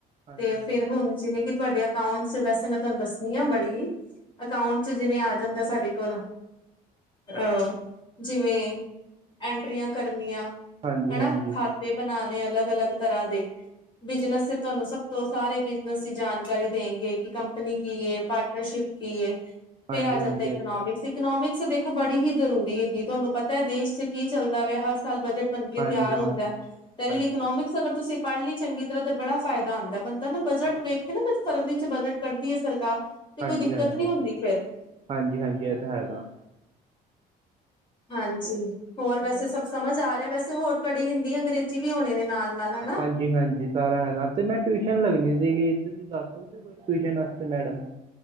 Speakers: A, on the right; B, on the left.
A: ਹਾਂਜੀ
B: ਤੇ
A: ਹਾਂਜੀ
B: ਫਿਰ
A: ਇਹ
B: ਹੁਣ
A: ਤਾਂ ਹੈ।
B: ਜਿਵੇਂ ਕਿ ਤੁਹਾਡੇ ਅਕਾਊਂਟਸ ਚ ਵੈਸੇ, ਮੈਂ ਤੁਹਾਨੂੰ ਦੱਸਣੀ ਆ ਬੜੀ। ਅਕਾਊਂਟ ਚ ਜਿਵੇਂ ਆ ਜਾਂਦਾ ਸਾਡੇ ਕੋਲ। ਅਹ ਜਿਵੇਂ, ਐਂਟਰੀਆਂ ਕਰਨੀਆਂ।
A: ਹਾਂਜੀ
B: ਹਨਾ,
A: ਹਾਂਜੀ ਹਾਂਜੀ ਹਾਂਜੀ
B: ਖਾਤੇ ਬਣਾਣੇ ਅਲੱਗ- ਅਲੱਗ ਤਰ੍ਹਾਂ ਦੇ, ਬਿਜਨਸ ਤੇ ਤੁਹਾਨੂੰ ਸਭ। ਸਾਰੇ ਬਿਜ਼ਨਸ ਜਾਣਕਾਰੀ ਦੇਣਗੇ, ਕਿ ਕੰਪਨੀ ਕੀ ਹੈ? ਪਾਰਟਨਰਸ਼ਿਪ ਕੀ ਹੈ? ਫਿਰ
A: ਹਾਂਜੀ
B: ਆ ਜਾਂਦਾ,
A: ਹਾਂਜੀ ਹਾਂਜੀ ਹਾਂਜੀ
B: ਇਕਨੋਮਿਕਸ।
A: ਇਹ ਤਾਂ ਹੈਗਾ।
B: ਇਕਨੋਮਿਕਸ ਦੇਖੋ ਬੜੀ ਹੀ ਜ਼ਰੂਰੀ ਹੈਗੀ। ਤੁਹਾਨੂੰ ਪਤਾ ਦੇਸ਼ ਚ ਕੀ ਚੱਲਦਾ ਪਿਆ ਵ ਹਰ। ਚਲ ਬਜਟ ਬਣ ਕੇ
A: ਹਾਂਜੀ
B: ਤਿਆਰ ਹੁੰਦਾ
A: ਹਾਂ
B: ਹੈ ਤੇ
A: ਹਾਂਜੀ
B: ਤੇਰੇ ਲਈ ਇਕਨੋਮਿਕਸ ਅਗਰ ਤੁਸੀਂ ਪੜ੍ਹ ਲਈ ਚੰਗੀ ਤਰ੍ਹਾਂ ਤੇ ਬੜਾ ਫਾਇਦਾ ਧਨ ਦਾ ਬੰਦਾ ਨਾ ਬਜਟ
A: ਹਾਂਜੀ
B: ਵੇਖੇ ਨਾ ਕ ਫਰਵਰੀ ਚ ਬਜਟ ਕੱਢਦੀ ਹੈ ਸਰਕਾਰ। ਤੇ
A: ਹਾਂਜੀ
B: ਕੋਈ ਦਿੱਕਤ
A: ਹਾਂਜੀ।
B: ਨੀ ਹੁੰਦੀ ਫੇਰ
A: ਹਾਂਜੀ ਹਾਂਜੀ ਇਹ ਤਾਂ ਹੈਗਾ।
B: ਹਾਂਜੀ,
A: ਤੇ
B: ਹੋਰ ਵੈਸੇ
A: ਤੇ ਮੈਂ
B: ਸਭ
A: ਨਾ
B: ਸਮਝ ਆ ਰਿਹਾ, ਵੈਸੇ ਹੋਰ ਤੁਹਾਡੀ ਹਿੰਦੀ, ਅੰਗਰੇਜ਼ੀ ਵੀ ਹੋਣੇ ਨੇ ਨਾਲ। <unintelligible>
A: ਜੀ, ਹਾਂਜੀ ਸਾਰਾ ਹੈਗਾ, ਤੇ ਮੈਂ ਟਿਊਸ਼ਨ ਲੱਗਣੀ ਸੀਗੀ ਤੁਸੀਂ ਦੱਸ ਸਕਦੇ ਹੋ, ਕੋਈ ਟਿਉਸ਼ਨ ਵਾਸਤੇ ਮੈਡਮ।